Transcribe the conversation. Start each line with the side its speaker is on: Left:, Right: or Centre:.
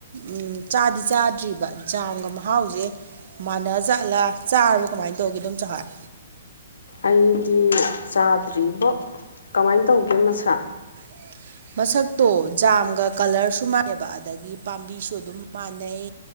Right: ꯎꯝ ꯆꯥꯗꯤ ꯆꯥꯗ꯭ꯔꯤꯕ ꯖꯥꯝꯒ ꯃꯍꯥꯎꯁꯦ ꯃꯥꯟꯅꯔ ꯆꯥꯠꯂꯥ ꯆꯥꯔꯕ ꯀꯃꯥꯏꯅ ꯇꯧꯒꯦ ꯑꯗꯨꯝ ꯆꯍꯠ
Left: ꯑꯩꯗꯤ ꯆꯥꯗ꯭ꯔꯤꯕꯣ ꯀꯃꯥꯏꯅ ꯇꯧꯒꯦ ꯃꯁꯥ
Right: <unintelligible> ꯃꯁꯛꯇꯣ ꯖꯥꯝꯒ ꯀꯂꯔꯁꯨ ꯃꯥꯟꯅꯩꯕ ꯑꯗꯒꯤ ꯄꯥꯝꯕꯤꯁꯨ ꯑꯗꯨꯝ ꯃꯥꯟꯅꯩ